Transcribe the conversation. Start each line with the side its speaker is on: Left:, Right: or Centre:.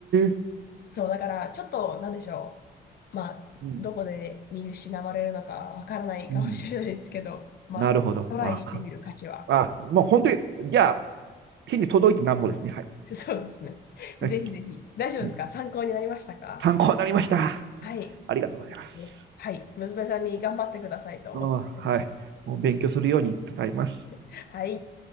Right: え。
Left: そう、だから、ちょっと、なんでしょう。まあ、
Right: うん。
Left: どこで見失われるのかわからないかもしれないですけど、
Right: うん。
Left: まあ、
Right: なるほど。
Left: トライしてみる価値は。
Right: わかっあ、もう本当に、じゃあ、手に届いてなんぼですね。はい。
Left: <laughs> そうですね。
Right: はい。
Left: ぜひぜひ。大丈夫ですか参考になりましたか
Right: うん参考になりました。
Left: はい。
Right: ありがとうございます。
Left: です。はい。娘さんに頑張ってくださいとお伝えください。
Right: はい。もう勉強するように伝えます。
Left: はい。